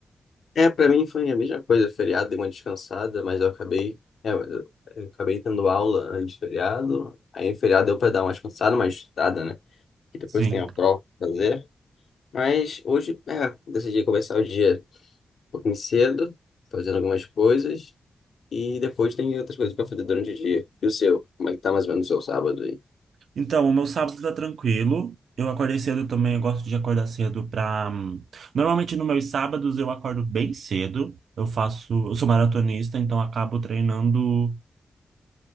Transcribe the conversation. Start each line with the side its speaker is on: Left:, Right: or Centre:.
Left: É, pra mim foi a mesma coisa, feriado, dei uma descansada, mas eu acabei, é, eu eu acabei tendo aula antes do feriado, aí no feriado deu pra dar uma descansada, uma estudada, né? E depois
Right: Sim.
Left: tem a prova pra fazer, mas hoje, é, decidi começar o dia um pouquinho cedo, fazendo algumas coisas, e depois tem outras coisas pra fazer durante o dia. E o seu? Como é que tá mais ou menos o seu sábado aí?
Right: Então, o meu sábado tá tranquilo. Eu acordei cedo também, eu gosto de acordar cedo pra. hum, Normalmente nos meus sábados eu acordo bem cedo. Eu faço, eu sou maratonista, então acabo treinando